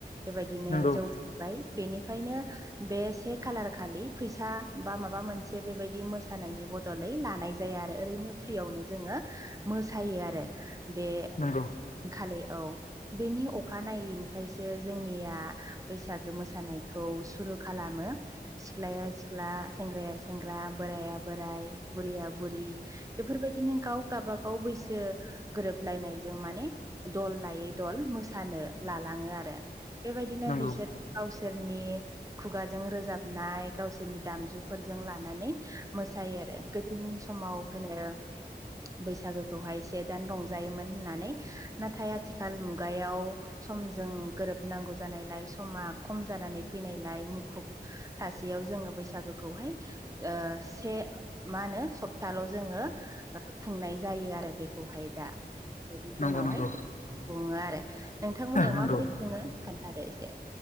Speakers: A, on the right; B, on the left.
A: बेबायदिनो
B: नंगौ
A: जौ थाबाय बेनिफ्रायनो बे से खालार खालि फैसा बा माबा मोनसे बेबायदि मोसानायनि बदल लै लानाय जाया आरो ओरैनो फ्रियावनो जोङो मोसायो आरो बे
B: नंगौ
A: खालि औ बेनि अखानायैनिफ्रायसो जोंनिया बैसागो मोसानायखौ सुरु खालामो। सिख्लाया सिख्ला सेंग्राया सेंग्रा बोराया बोराइ बुरैया बुरि बेफोरबायदिनो गाव गाबागाव बैसो गोरोबलायनायजों माने दल लायै दल मोसानो लालाङो आरो। बेबायदिनो
B: नंगौ
A: बिसोर
B: नंगौ
A: गावसोरनि खुगाजों रोजाबनाय गावसोरनि दामजुफोरजों लानानै मोसायो आरो। गोदोनि समाव होनो बैसागोखौहाय एसे दान रंजायोमोन होननानै नाथाय आथिखाल मुगायाव समजों गोरोबनांगौ जानायलाय समा खम जानानै फैनायलाय मुखुब थासेयाव जोङो बैसागोखौहाय ओ से मा होनो स खथाल' जोङो खुंनाय जायो आरो बेखौहाय दा बेबायदि
B: नंगौ
A: जोंनावहाय
B: नंगौ
A: खुंङो आरो नोंथांमोननियाव
B: नंगौ
A: माबोरै खुङो खोन्थादो एसे।